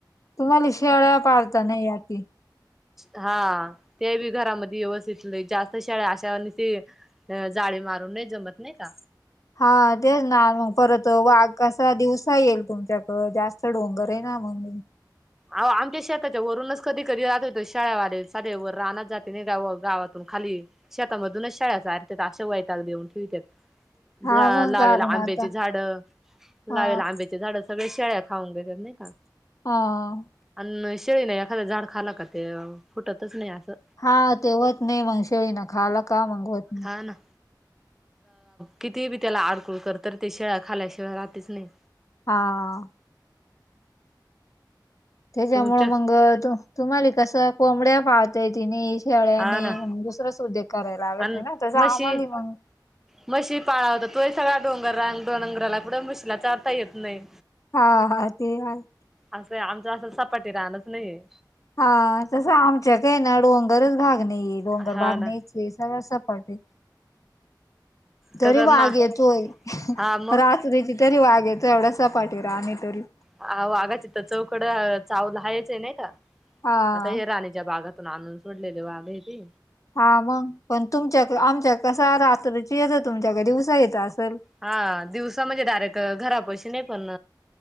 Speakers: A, on the left (about 45°); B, in the centre.
A: तुम्हाला शेळ्या पाळता नाही याी
B: हा ते बी घरामध्ये व्यवस्थितले जास्त शेळ्या अशा अ जाळी मारून नाही जमत नाही का
A: हा तेच ना मग परत वाघ कसा दिवसा येईल तुमच्या अ जास्त डोंगर आहे ना मग
B: अह आमच्या शेताच्या वरूनच कधी कधी राहत होते शाळेवाले सारे व राहनात जाते नाही गा गावातून खाली शेतामधूनच शाळेचा आरतात आशा वय तग देऊन ठेवतात.
A: हा
B: झा
A: मग
B: लावेला
A: कारण
B: आंब्याची
A: आता
B: झाड लावेला
A: हा
B: आंब्याची झाडा सगळे शेळ्या खाऊग तर नाही का?
A: ह.
B: आणि शेळी नाही एखाद झाड खाला का ते फुटतच नाही असं.
A: हा तेवच नाही मंगशाळी ना खाला का मगवत
B: हा ना. किती बी त्याला आडकुळ करत ते शेळा्या खाल्या शिवाय राातीच नाही.
A: हा. त्याच्यामुळं
B: तुमच्या
A: मग तुम्हाला कसं कोंबड्या पाहतय दिनेश शेळ्याने
B: हा ना
A: मग दुसर सुधे करायला हवेत
B: आणि
A: नाही ना तसं
B: म्हशी
A: आम्हाला मग
B: म्हशी पाळा होता तोही सगळ्या डोंगर डोंगराला कुठे म्हशीला चाारता येत नाही.
A: हा हा ते आहे.
B: असं आमचं असं सपाटी राहणारच नाही.
A: हा तसं आमच्या काय ना डोंगरच भाग नाही डोंगर
B: हा
A: भाग
B: ना
A: नाहीची. ते सळ अस पाटे तरी
B: कसं
A: वाघ
B: मा
A: येतोय
B: हा मग
A: रात. त ति तरी वागेयच एवढा स पाठी राहा आणि तरी
B: ह आ वाघाची चौकड चाहूल हहायचं आहे नाही का?
A: हा.
B: आता हे राणीच्या बागातून आणून सोडलेले बाघ आहे ते
A: हा मग पण तुमच्या आमच्या कस रात्रीची येतं तुमच्याकडे उसा येतं असल.
B: हा दिवसा म्हणजे डायरेक्ट घरा पैशी नाही पण